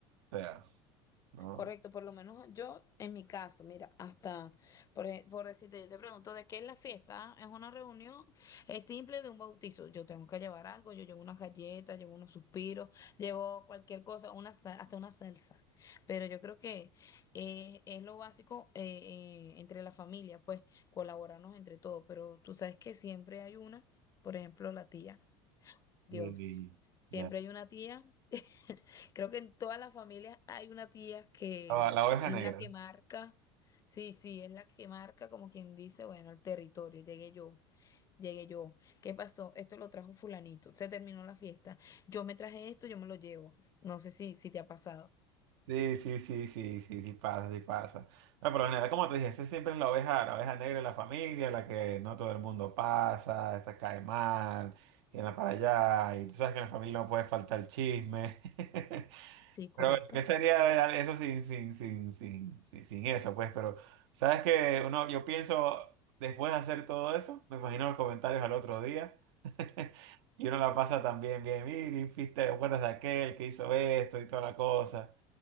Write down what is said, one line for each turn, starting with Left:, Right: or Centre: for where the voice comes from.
Right: o sea, no,
Left: Correcto, por lo menos yo, en mi caso, mira, hasta por, e- por decirte, yo te pregunto de qué es la fiesta, es una reunión, es simple de un bautizo. Yo tengo que llevar algo, yo llevo unas galletas, llevo unos suspiros, llevo cualquier cosa, una, sa- hasta una salsa. Pero yo creo que eh, es lo básico eh, eh, entre la familia, pues colaborarnos entre todos. Pero tú sabes que siempre hay una, por ejemplo, la tía, Dios,
Right: y, y-
Left: siempre
Right: ya,
Left: hay una tía. Creo que en todas las familias hay una tía que
Right: La, la oveja
Left: es
Right: negra.
Left: la que marca, sí, sí, es la que marca como quien dice, bueno, el territorio, llegué yo, llegué yo, ¿qué pasó? Esto lo trajo fulanito, se terminó la fiesta, yo me traje esto, yo me lo llevo. No sé si, si te ha pasado.
Right: Sí, sí, sí, sí, sí, sí pasa, sí pasa. No, por lo general, como te dije, esa siempre es la oveja, la oveja negra en la familia, la que no todo el mundo pasa, esta cae mal, y anda para allá, y tú sabes que en la familia no puede faltar el chisme. <laughs>
Left: Sí, correcto.
Right: Pero bueno, ¿qué sería eso sin, sin, sin, sin, sin, sin eso? Pues, pero, ¿sabes que Uno, yo pienso, después de hacer todo eso, me imagino los comentarios al otro día. <laughs> Y uno la pasa también bien, mire, ¿te acuerdas de aquel que hizo esto y toda la cosa?